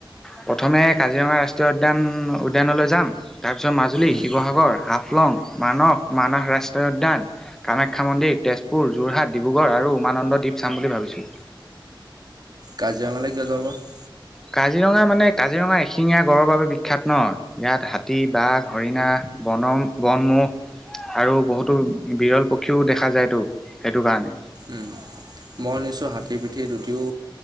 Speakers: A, in the centre; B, on the right.
A: প্ৰথমে কাজিৰঙা ৰাষ্ট্ৰীয় উদ্যান উদ্যানলৈ যাম। তাৰপিছত মাজুলী,
B: উম
A: শিৱসাগৰ, হাফলং, মানস মানাহ ৰাষ্ট্ৰীয় উদ্যান, কামাখ্যা মন্দিৰ, তেজপুৰ, যোৰহাট, ডিব্ৰুগড় আৰু উমানন্দ দ্বীপ চাম বুলি ভাবিছোঁ।
B: কাজিৰঙালৈ কিয় যোৱা বা?
A: কাজিৰঙা মানে কাজিৰঙা এশিঙীয়া গড়ৰ বাবে বিখ্যাত ন। ইয়াত হাতী, বাঘ, হৰিণা, বনম, বনমোহ। আৰু বহুতো বিৰল পক্ষীও দেখা যায়তো, সেইটো কাৰণে।
B: উম মই শুনিছোঁ হাতীৰ পিঠিত উঠিও